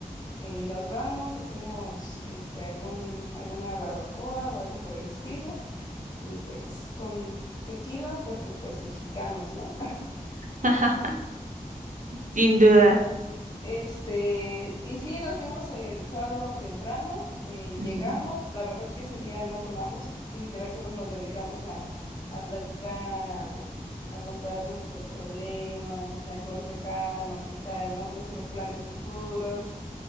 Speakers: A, on the left; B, on the right.
A: eh, nos vamos, hacemos, este, algún, alguna barbacoa o algo por el estilo y pues con tequila porque pues mexicanos, ¿no?
B: Ajá, Sin duda.
A: Este, y sí, nos fuimos el sábado temprano, eh,
B: Ujú.
A: llegamos, la verdad que ese día no tomamos, literal solo nos dedicamos a, a platicar, a, a contar nuestros problemas, a aconsejarnos y tal, ¿no? Nuestros planes futuros.